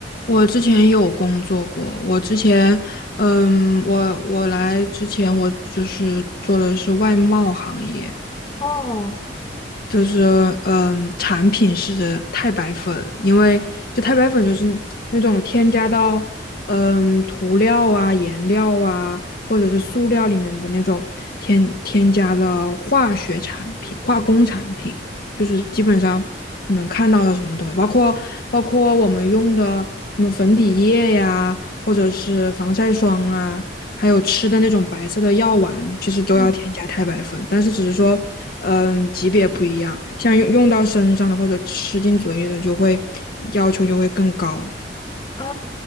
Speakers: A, on the left; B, on the left.
A: 我之前有工作过，我之前，嗯，我我来之前，我就是做的是外贸行业，
B: 哦，
A: 就是嗯，产品是太白粉，因为就太白粉就是那种添加到嗯涂料啊、颜料啊，或者是塑料里面的那种添添加了化学产品、化工产品，就是基本上你能看到的什么东西，包括包括我们用的什么粉底液呀，或者是防晒霜啊，还有吃的那种白色的药丸，其实都要添加钛白粉，
B: 嗯，
A: 但是只是说，嗯，级别不一样，像用用到身上的或者吃进嘴里的，就会要求就会更高。
B: 哦，